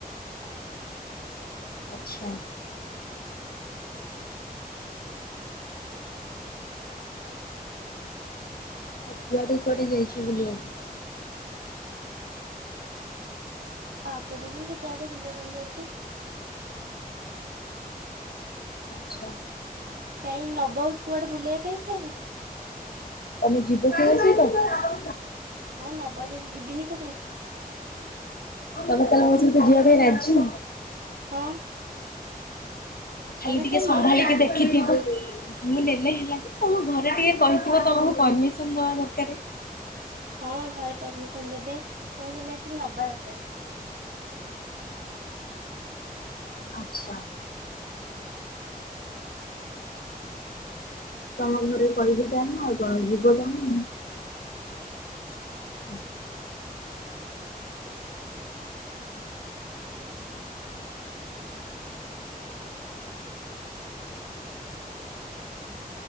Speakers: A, on the left; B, on the right.
A: ଆଚ୍ଛା। ଆଉ କୁଆଡେ କୁଆଡେ ଯାଇଛୁ ବୁଲିବାକୁ?
B: ଆହୁରି ବି କେତେ ଆଡେ ବୁଲିବା ପାଇଁ ଯାଇଛୁ।
A: ଆଚ୍ଛା
B: କାଇଁ ନବ କୁଆଡେ ବୁଲେଇବା ପାଇଁ ଠାଏ?
A: ତମେ ଯିବ କି ମୋ ସହିତ? <unintelligible>
B: ହଁ ନବ ଯଦି ଯିବିନି କଣ ପାଇଁ
A: ତମେ ତାହେଲେ ମୋ ସହିତ ଯିବା ପାଇଁ ରାଜି।
B: ହଁ।
A: ଖାଲି
B: ତମେ
A: ଟିକେ ସମ୍ଭାଳିକି
B: ନେଲେ ହେଲା
A: ଦେଖିଥିବୁ ମୁଁ ନେଲେ ହେଲା ଯେ ତମ ଘରେ ଟିକେ କହିଥିବ ତମକୁ ପରମିସନ ଦବା ଦରକାର।
B: ହଁ ଘରେ ପରମିସନ ଦେବେ ତମେ ଖାଲି ଆସିକି ନବା ଦରକାର।
A: <inaudible> ଆଚ୍ଛା ତମ ଘରେ <unintelligible> ଆଉ ଯିବ ତମେ। ହଁ <unintelligible>